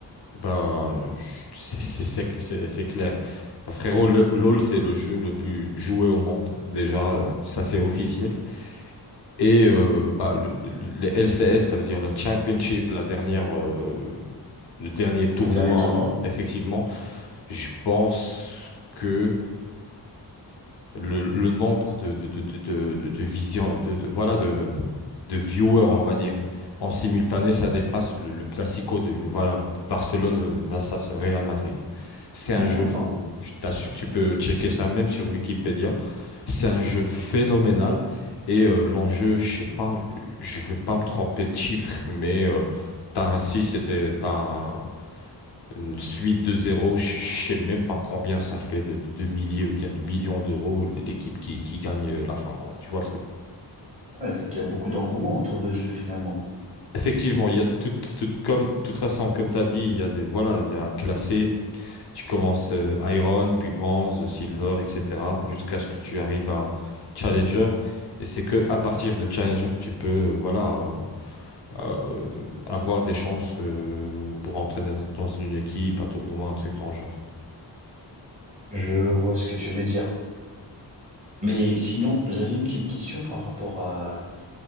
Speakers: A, on the left; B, on the right.
A: Bah, c'est c'est- c'est- c'est- c'est clair. Bah, frérot, le- LOL, c'est le jeu le plus joué au monde. Déjà, euh, ça, c'est officiel. Et euh, bah, le- le- les LCS, ça veut dire la Championship, la dernière, euh, le dernier tournoi,
B: Le dernier tournoi?
A: effectivement. Je pense que le, le nombre de, de, de, de, de, de, de vision- de, de- voilà, de viewers, on va dire. En simultané, ça dépasse le, le classico de, de, voilà, Barcelone versus Real Madrid. C'est un
B: Waouh!
A: jeu, je t'assure, tu peux checker ça même sur Wikipédia. C'est un jeu phénoménal. Et euh, l'enjeu, je sais pas, je veux pas me tromper de chiffres, mais euh, t'as un 6 c'était t'as un- une suite de zéro je je sais même pas combien ça fait de, de, de milliers ou bien de millions d'euros l'équipe qui, qui gagne euh, la fin, quoi. Tu vois le truc?
B: Ouais, c'est qu'il y a beaucoup d'engouement autour de ce jeu finalement.
A: Effectivement, il y a tout, tout- comme, toute façon, comme tu as dit, il y a des, voilà, il y a un classé. Tu commences euh, Iron, puis Bronze, Silver, etc. jusqu'à ce que tu arrives à Challenger. Et c'est que à partir de Challenger que tu peux, euh, voilà, euh, euh, avoir des chances euh, pour entrer dans, dans une équipe, un tournoi, un truc dans le genre.
B: Je vois ce que tu veux dire. Mais sinon, j'avais une petite question par rapport à,